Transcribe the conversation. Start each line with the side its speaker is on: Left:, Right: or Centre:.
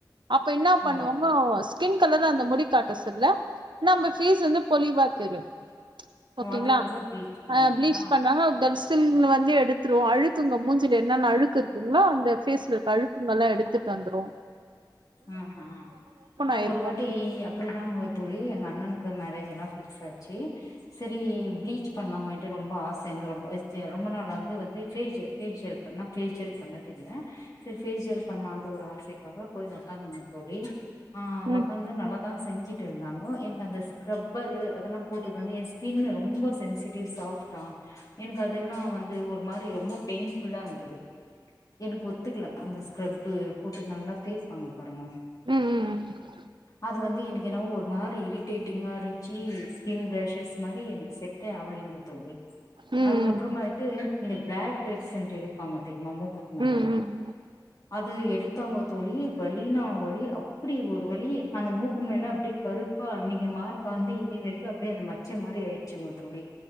Right: அப்ப என்ன பண்ணுவாங்கோ
Left: ஓ
Right: ஸ்கின் கலர்ல அந்த முடிக்காட்ட சொல்ல நம்ம ஃபேஸு வந்து பொலிவா தெரியு ஓகேங்களா
Left: ஓ அதுக்காக ப்ளீச் பண்ணுவாங்களா
Right: அ பிளீச் பண்ணாங்க டெட்ஸ் ச்சுன் வந்து எடுத்துருவோ அழுத் து உங்க மூஞ்சில என்னென்ன அழுக்கு இருக்குங்ளோ அந்த பேஸ்ல இருக்க அழுக்குங்கல்லா எடுத்துட் தந்துரும்
Left: ம் ம் நா
Right: ஆயிருக்கு
Left: ஒரு வாட்டி அப்டிதாங்கோ தோழி எங்க அண்ணனுக் கு மேரேஜ் எல்லா ஃபிக்ஸ் ஆச்சு சரி பீலீச் பண்ணலமேட்டு ரொம்ப ஆசை எங்களுக் ரொம் ரொம்ப நாள் வந்து ஃபேஷியல் ஃபேஷியல் பண்ண ஃபேஷியல் பண்ணது இல்ல சரி ஃபேஷியல் பண்ணலாம் ஒரு ஆசைக்காக போய் <unintelligible> தோழி ஆ
Right: ம்
Left: ஓக்காந்து நல்லதா செஞ்சு இருந்தாங்கோ என்க்கு அந்த ஸ்க்ரப்பரு அதெல்லாம் போட்டுது வந்து என் ஸ்கின்னு ரொம்ப சென்சிடிவ் சாஃப்டா என்க்கு அதெல்லாம் வந்து ஒரு மாரி ரொம்ப பெயின்ஃபுல்லா இருந்தது என்க்கு ஒத்துக்கல அந்த ஸ்கரப்பு போட்டு நல்லா தேய்ப்பாங்க பாருங்க
Right: ம் ம்
Left: அது வந்து எனக்கு என்னவோ ஒரு மாரி இரிட்டேட்டிங்கா இருஞ்ச்சு ஸ்கின் ரேஷஸ் மாரி எனக்கு செட்ட ஆவலிங்கோ தோழி
Right: ம் ம்
Left: அதுக் அப்புறமாயிட்டு இந்த ப்ளாக் பெர்சென்ட் எடுப்பாங்க தெரிம்மா மூக்குக்கு மேல
Right: ம் ம்
Left: அது எடுத்தவங்க தோழி வலின்னா வலி அப்டி ஒரு வலி அந்த மூக்கு மேல அப்டியே கருப்பா அன்னிக்கு மார்க்காந்து இன்னிவரைக்கும் அப்டியே அந்த மச்சை மாரி ஆயிச்சுங்க தோழி